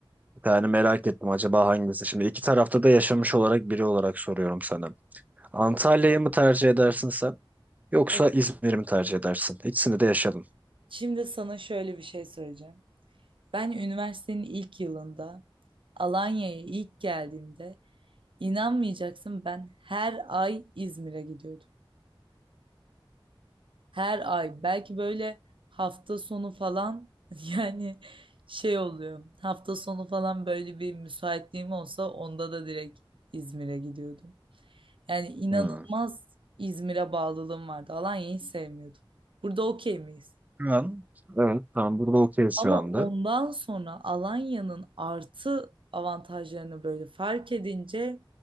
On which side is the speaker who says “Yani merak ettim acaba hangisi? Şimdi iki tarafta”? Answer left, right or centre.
Right